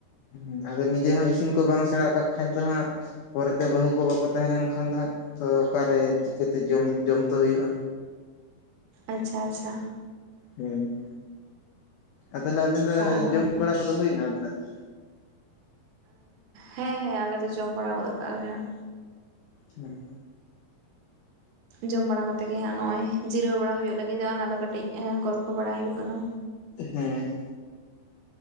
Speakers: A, on the left; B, on the right.
A: ᱦᱮᱸ ᱟᱫᱚ ᱱᱤᱡᱮ ᱦᱚᱸ ᱤᱥᱤᱱ ᱠᱚ ᱵᱟᱝ ᱥᱮᱬᱟ ᱠᱟᱜ ᱠᱷᱟᱡ ᱫᱚ ᱦᱟᱸᱜ ᱯᱚᱨᱮᱛᱮ ᱵᱟᱹᱦᱩ ᱠᱚ ᱵᱟᱠᱚ ᱛᱟᱦᱮᱸ ᱞᱮᱱ ᱠᱷᱟᱱ ᱫᱚ ᱦᱟᱸᱜ ᱛᱚ ᱚᱠᱟᱨᱮ ᱪᱤᱠᱟᱹᱛᱮ ᱡᱚᱢ ᱡᱚᱢ ᱛᱚ ᱦᱩᱭᱩᱜᱼᱟ᱾
B: ᱟᱪᱪᱷᱟ ᱟᱪᱪᱷᱟ᱾
A: ᱦᱩᱸ᱾ ᱟᱨ ᱛᱟᱦᱚᱞᱮ ᱟᱵᱤᱱ ᱫᱚ
B: ᱚ
A: ᱡᱚᱢ ᱵᱟᱲᱟ ᱠᱚᱫᱚ ᱦᱩᱭᱱᱟ ᱟᱵᱤᱱᱟᱜ ᱫᱚ
B: ᱦᱮᱸ ᱦᱮᱸ ᱟᱞᱮ ᱫᱚ ᱡᱚᱢ ᱵᱟᱲᱟ ᱜᱚᱫ ᱠᱟᱜ ᱞᱮ ᱦᱟᱸᱜ᱾
A: ᱦᱩᱸ᱾
B: ᱡᱚᱢ ᱵᱟᱲᱟ ᱠᱟᱛᱮᱜ ᱜᱮ ᱦᱟᱸᱜ ᱱᱚᱜᱼᱚᱭ ᱡᱤᱨᱟᱹᱣ ᱵᱟᱲᱟ ᱦᱩᱭᱩᱜ ᱞᱟᱹᱜᱤᱫᱚᱜᱼᱟ᱾ ᱚᱱᱟ ᱫᱚ ᱠᱟᱹᱴᱤᱡ ᱜᱚᱞᱯᱚ ᱵᱟᱲᱟ ᱦᱩᱭᱩᱜ ᱠᱟᱱᱟ᱾
A: ᱦᱮᱸ᱾